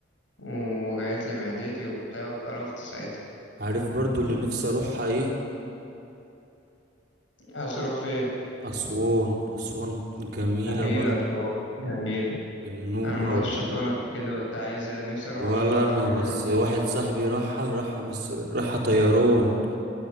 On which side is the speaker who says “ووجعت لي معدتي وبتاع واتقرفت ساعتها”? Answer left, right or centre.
Left